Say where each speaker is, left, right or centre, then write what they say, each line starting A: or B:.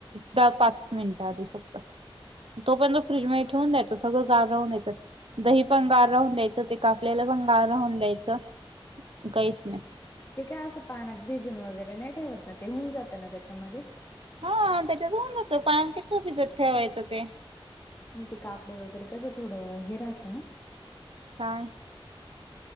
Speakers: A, on the right (about 75°); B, on the left (about 25°).
A: दहा पाच मिनिट आधी फक्त. तो पर्यंत फ्रीज म ठेवून द्यायं सगळं गार राहून दयचं. दही पंगार राहून द्यायचं ते कापलेला पंगार राहून द्यायचं काहीच नाही.
B: ते काय असं पाण्यात भिजून वगैरे नाही ठेवत ना ते होऊन जातं ना त्याच्यामध्ये.
A: हा त्याच्यात होऊनतं पाण्यात कसो भिजत ठेवायचं ते.
B: नाही ते काकडे वगैरे कसं थोडं हे राहतं ना.
A: काय.